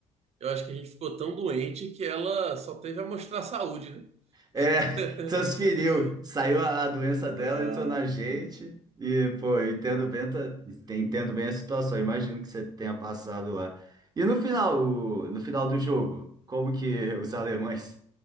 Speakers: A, on the right; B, on the right.
A: eu acho que a gente ficou tão doente que ela só teve a mostrar saúde, né?
B: É,
A: <laughs>
B: <laughs> transferiu, saiu a a doença dela,
A: Ah,
B: entrou na gente. E, pô, eu entendo bem, ta- entendo bem a situação, Eu imagino que você tenha passado lá. E no final, o- no final do jogo, como que <laughs> os alemães